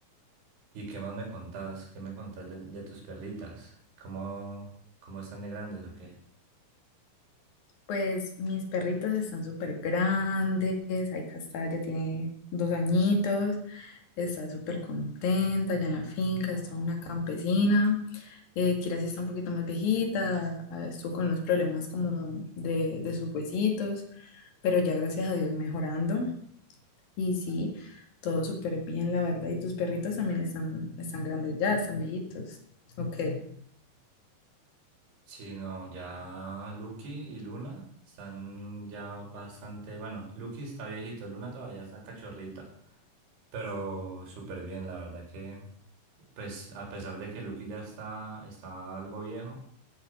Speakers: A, on the right; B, on the left.
A: y qué más me contás, qué me contás de, de tus perritas, cómo, cómo están de grandes o qué.
B: Pues mis perritos están súper grandes. Ahí Castalla tiene dos añitos. está súper contenta allá en la finca, está una campesina. Eh, Kira sí está un poquito más viejita, ah, estuvo con unos problemas como de, de sus huesitos, pero ya gracias a Dios mejorando. Y sí, todo súper bien, la verdad. Y tus perritos también están, están grandes ya, están viejitos. Ok.
A: Sí, no, ya Lucky y Luna están ya bastante, bueno, Lucky está viejito, Luna todavía está cachorrita, pero súper bien, la verdad que, pues a pesar de que Lucky ya está, está algo viejo,